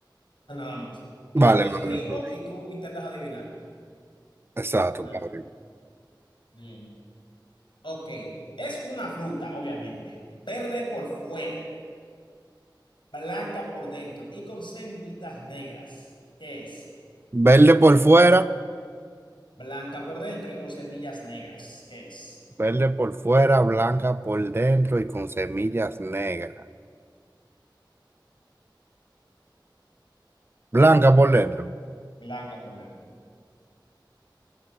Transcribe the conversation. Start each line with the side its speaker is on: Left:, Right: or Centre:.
Left: nada más.
Right: Vale,
Left: Yo te lo describo
Right: vale. vale.
Left: y tú intentas adivinarla.
Right: Exacto,
Left: Ok,
Right: vale.
Left: bien. Ok, es una fruta, obviamente. Verde por fuera, blanca por dentro y con semillitas negras. ¿Qué es?
Right: Verde por fuera,
Left: Blanca por dentro y con semillas negras. ¿Qué es?
Right: verde por fuera, blanca por dentro y con semillas negras. Blanca por dentro
Left: Blanca por dentro.